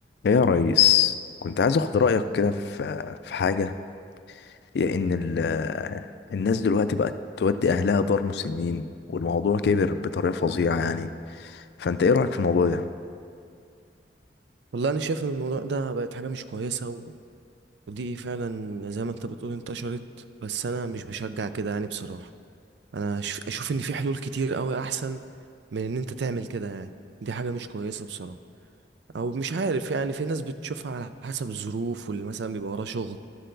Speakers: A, on the left; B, on the right.
A: ايه يا ريس كنت عايز اخد رايك كده في في حاجه هي ان ال- الناس دلوقتي بقت تودي اهلها دار مسنين والموضوع كبر بطريقه فظيعه يعني فانت ايه رايك في الموضوع ده
B: والله انا شايف ان الموضوع ده بقت حاجه مش كويسه و... ودي فعلا زي ما انت بتقول انتشرت بس انا مش بشجع كده يعني بصراحه انا أش- اشوف ان في حلول كتير قوي احسن من ان انت تعمل كده يعني دي حاجه مش كويسه بصراحه او مش عارف يعني في ناس بتشوفها على حسب الظروف واللي مثلا بيبقى وراه شغل